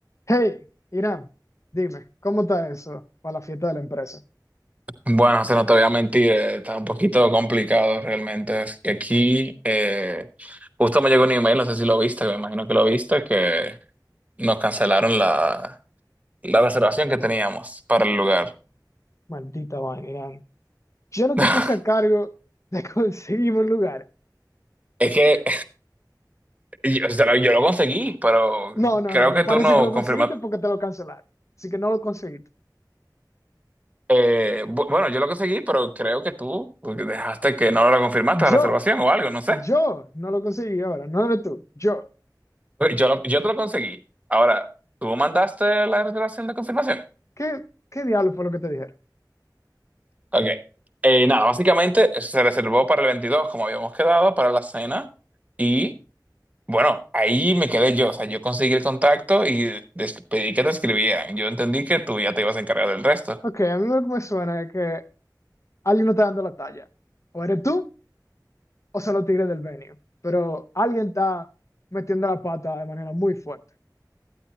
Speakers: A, on the left; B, on the right.
A: Hey, Irán, dime, ¿cómo está eso para la fiesta de la empresa?
B: Bueno, se no te voy a mentir, eh, está un poquito complicado realmente. Es que aquí eh, justo me llegó un email, no sé si lo viste, me imagino que lo viste, que nos cancelaron la, la reservación que teníamos para el lugar.
A: Maldita vaina, Irán. Yo no
B: <laughs>
A: te puse a cargo de <laughs> conseguirme un lugar.
B: Es que <laughs> yo, o sea, lo yo lo conseguí, pero
A: No, no,
B: creo
A: no, no.
B: que
A: Parece
B: tú no
A: que lo
B: confirmaste.
A: conseguiste porque te lo cancelaron. Así que no lo conseguiste.
B: eh, bu- bueno, yo lo conseguí, pero creo que tú dejaste que no lo confirmaste
A: Yo,
B: la reservación o algo, no sé.
A: yo no lo conseguí ahora. No eres tú, yo.
B: Ok, Yo, lo- yo te lo conseguí. Ahora, ¿tú mandaste la reservación de confirmación?
A: ¿Qué, qué diablo fue lo que te dijeron?
B: Ok. Eh, nada, básicamente se reservó para el 22 como habíamos quedado, para la cena. Y bueno, ahí me quedé yo. O sea, yo conseguí el contacto y des- pedí que te escribieran. Yo entendí que tú ya te ibas a encargar del resto.
A: Ok, a mí lo que me suena es que alguien no está dando la talla. O eres tú o son los tigres del venue. Pero alguien está metiendo la pata de manera muy fuerte.